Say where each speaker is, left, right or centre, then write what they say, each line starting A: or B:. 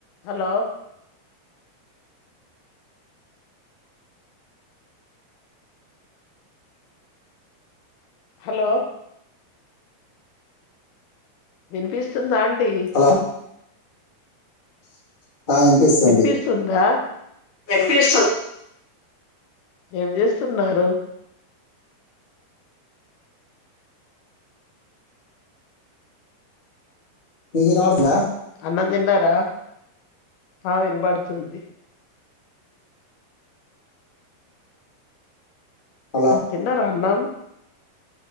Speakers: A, on the left; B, on the left.
A: హలో హలో వినిపిస్తుందా అండి
B: హలో ఆ వినిపిస్తుంది
A: వినిపిస్తుందా,
B: వినిపిస్తుంది.
A: ఏం చేస్తున్నారు.
B: నీకు వినపడుతుందా,
A: అన్నం తిన్నారా ఆ వినబడుతుంది.
B: హలో
A: తిన్న రా అన్నం